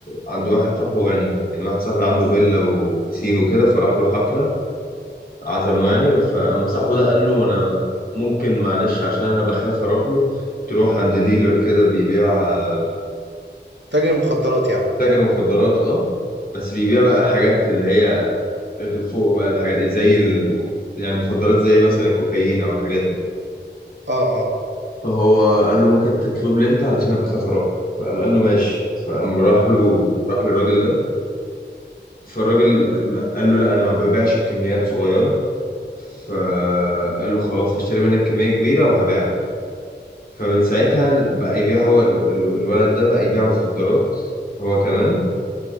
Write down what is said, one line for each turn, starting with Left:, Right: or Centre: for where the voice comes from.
Left: عند واحد صاحبه غني يعني واحد صاحبي عنده فيلا وبسين وكده فراح له حفلة عزمه يعني فقام صاحبه ده قال له أنا ممكن معلش عشان أنا بخاف أروح له تروح عند ديلر كده بيبيع آه،
Right: تاجر مخدرات يعني
Left: تاجر مخدرات اه بس بيبيع بقى حاجات اللي هي غ- فوق بقى الحاجات زي ال... يعني مخدرات زي مثلا الكوكايين أو الحاجات دي
Right: آه آه
Left: فهو قال له ممكن تطلب لي أنت علشان أنا بخاف أروح فقام قال له ماشي فقام راح له راح للراجل ده فالراجل قال له لا انا ما ببيعش بكميات صغيره فقال له خلاص هشتري منك كميه كبيره وهبيع لك فمن ساعتها بقى يبيع هو ال- ال- الولد ده بقى يبيع مخدرات هو كمان